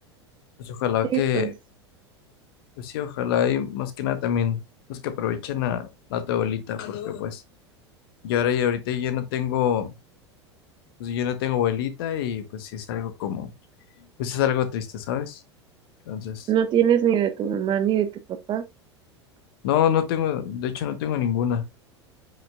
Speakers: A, on the left; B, on the right.
A: pues ojalá
B: Sí,
A: que,
B: pues
A: pues sí, ojalá y más que nada también los que aprovechen a, a tu abuelita, porque pues yo ahora y ahorita yo no tengo, pues yo no tengo abuelita y pues sí es algo como, pues es algo triste, ¿sabes? Entonces,
B: no tienes ni de tu mamá ni de tu papá.
A: no, no tengo, de hecho no tengo ninguna.